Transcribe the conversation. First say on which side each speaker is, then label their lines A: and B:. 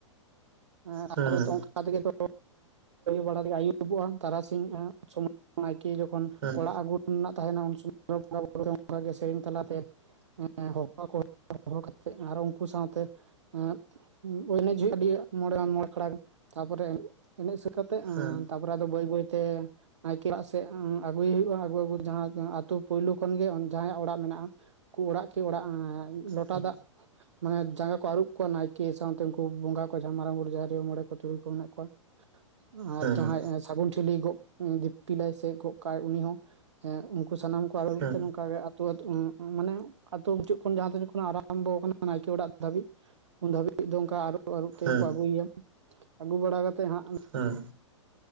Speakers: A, on the right; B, on the right.
A: ᱦᱮᱸ ᱛᱯᱚᱨᱮᱚ
B: ᱦᱩᱸ
A: ᱫᱚ ᱚᱱᱠᱟᱮ ᱛᱚ ᱵᱟᱲᱟᱜ ᱟᱭᱩᱵᱚᱜᱼᱟ ᱛᱟᱨᱟᱥᱤᱧᱚᱜᱼᱟ ᱥᱚᱢᱚᱭ ᱱᱟᱭᱠᱮ ᱡᱚᱠᱷᱚᱱ
B: ᱦᱩᱸ
A: ᱚᱲᱟᱜ ᱟᱹᱜᱩ ᱨᱮᱱᱟᱜ ᱛᱟᱦᱮᱱᱟ ᱩᱱ ᱥᱚᱢᱚᱭ ᱵᱚᱸᱜᱟ ᱵᱩᱨᱩ ᱚᱱᱠᱟ ᱜᱮ ᱥᱮᱨᱮᱧ ᱛᱟᱞᱟᱛᱮ ᱦᱚᱦᱚᱣᱟᱠᱚ ᱦᱚᱦᱚ ᱠᱟᱛᱮ ᱟᱨ ᱩᱱᱠᱩ ᱥᱟᱶᱛᱮ ᱮᱸ ᱮᱱᱮᱡ ᱦᱩᱭᱩᱜ ᱟᱹᱰᱤ ᱢᱚᱬᱮ ᱢᱚᱬᱮ ᱟᱠᱷᱲᱟ ᱜᱟᱱ ᱛᱟᱯᱚᱨᱮ ᱮᱱᱮᱡ ᱥᱟᱹᱛ ᱠᱟᱛᱮ
B: ᱦᱩᱸ
A: ᱛᱟᱯᱚᱨᱮ ᱟᱫᱚ ᱵᱟᱹᱭ ᱵᱟᱹᱭ ᱛᱮ ᱱᱟᱭᱠᱮ ᱚᱲᱟᱜ ᱥᱮᱫ ᱟᱹᱜᱩᱭᱮ ᱦᱩᱭᱩᱜᱼᱟ ᱟᱹᱜᱩ ᱟᱹᱜᱩ ᱡᱟᱦᱟ ᱟᱛᱩ ᱯᱩᱭᱞᱩ ᱠᱷᱚᱱ ᱜᱮ ᱡᱟᱦᱟᱸᱭᱟᱜ ᱚᱲᱟᱜ ᱢᱮᱱᱟᱜᱼᱟ ᱠᱚ ᱚᱲᱟᱜ ᱠᱮ ᱚᱲᱟᱜ ᱮᱸ ᱞᱚᱴᱟ
B: ᱦᱩᱸ
A: ᱫᱟᱜ ᱢᱟᱱᱮ ᱡᱟᱸᱜᱟ ᱠᱚ ᱟᱹᱨᱩᱵ ᱠᱚᱣᱟ ᱱᱟᱭᱠᱮ ᱥᱟᱶᱛᱮ ᱩᱱᱠᱩ ᱵᱚᱸᱜᱟ ᱠᱚ ᱡᱟᱦᱟᱸᱭ ᱢᱟᱨᱟᱝ ᱵᱩᱨᱩ ᱡᱟᱦᱮᱨ ᱟᱭᱚ ᱢᱚᱬᱮ ᱠᱚ ᱛᱩᱨᱩᱭ ᱠᱚ ᱢᱮᱱᱟᱜ ᱠᱚᱣᱟ ᱾ ᱟᱨ
B: ᱦᱩᱸ
A: ᱡᱟᱦᱟᱸᱭ
B: ᱦᱩᱸ
A: ᱥᱟᱹᱜᱩᱱ ᱴᱷᱤᱞᱤᱭ ᱜᱚᱜ ᱫᱤᱯᱤᱞᱟᱭ ᱥᱮ ᱜᱚᱜ ᱠᱟᱜ ᱟᱭ ᱩᱱᱤ ᱦᱚᱸ ᱾ ᱩᱱᱠᱩ ᱥᱟᱱᱟᱢ ᱠᱚ ᱟᱨᱩᱵ
B: ᱦᱩᱸ
A: ᱚᱱᱠᱟᱜᱮ ᱟᱹᱛᱩ ᱟᱹᱛᱩ ᱢᱟᱱᱮ ᱟᱛᱩ ᱢᱩᱪᱟᱹᱫ ᱠᱷᱚᱱ ᱡᱟᱦᱟᱸ ᱛᱤᱱ ᱠᱷᱚᱱᱟᱜ ᱟᱨᱟᱢᱵᱚ ᱟᱠᱟᱱᱟ ᱱᱟᱭᱠᱮ ᱚᱲᱟᱜ ᱫᱷᱟᱹᱵᱤᱡ ᱩᱱ ᱫᱷᱟᱹᱵᱤᱡ ᱫᱚ ᱚᱱᱠᱟ ᱟᱨᱚ ᱟᱹᱨᱩᱵ ᱛᱮᱜᱮ
B: ᱦᱩᱸ ᱦᱩᱸ
A: ᱠᱚ ᱟᱹᱜᱩᱭᱮᱭᱟ᱾ ᱟᱹᱜᱩ ᱵᱟᱲᱟ ᱠᱟᱛᱮᱫ ᱦᱟᱸᱜ
B: ᱦᱩᱸ ᱦᱩᱸ ᱦᱩᱸ